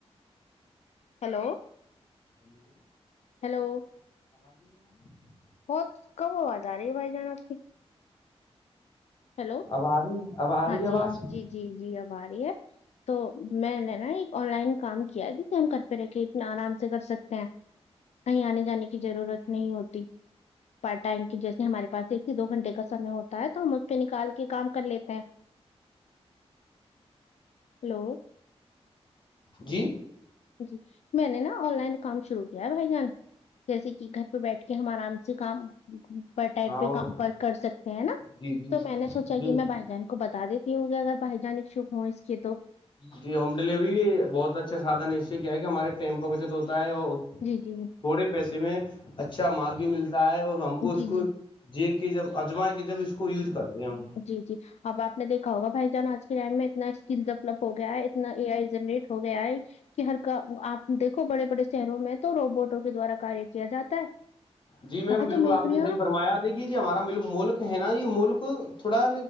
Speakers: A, on the left (about 80°); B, on the left (about 45°).
A: ہیلو
B: ہیلو
A: ہیلو
B: <inaudible>
A: بہت کم آواز آ رہی ہے بھائی جان آپ کی ہیلو
B: اب آ رہی ہے، اب آ رہی
A: ہاں
B: ہے آواز
A: جی جی جی جی اب آ رہی ہے تو میں نے نا ایک آن لائن کام کیا ہے جتنے ہم کرتے رہ کے اتنا آرام سے کر سکتے ہیں کہیں آنے جانے کی ضرورت نہیں ہوتی پارٹ ٹائم کی جیسے ہمارے پاس ایک سے دو گھنٹے کا سمے ہوتا ہے تو ہم اس پہ نکال کے کام کر لیتے ہیں ہیلو
B: جی
A: جی میں نے نا آن لائن کام شروع کیا ہے بھائی جان جیسے کہ گھر پہ بیٹھ کے ہمارام کام ٹائپ
B: ہاں
A: پہ کر سکتے ہیں نا
B: جی جی
A: تو میں نے سوچا
B: جی
A: کہ میں بھائی جہن کو بتا دیتی ہوی اگر بھجانک سوکھھ ہو اس کی تو
B: جی ہوم ڈیلیوری بہت اچھا سادھن ہے اس سے کیا ہے کہ ہمارے ٹائم کا بچت ہوتا ہے اور
A: جی جی جی
B: تھوڑے پیسے میں اچھا مال بھی ملتا ہے اور ہم کو اس
A: جی
B: کو
A: جی
B: جی کے جب اجما کے جب اس کو یوز کرتے ہیں ہم
A: جی جی اب آپ نے دیکھا ہوگا بھائی جان آج کے ٹائم میں اتنا اسکل ڈیولپ ہو گیا ہے اتنا اے آئی جنریٹ ہو گیا ہے کہ ہر کا آپ دیکھو بڑے بڑے شہروں میں تو روبوٹوں کے دوارا کاریہ کیا جاتا ہے
B: جی میم
A: وہاں
B: بالکل
A: تو نوکریاں
B: آپ نے صحی فرمایا تھا دیکھیے ج ہمارا م ملک ہے نا یہ ملک تھوڑا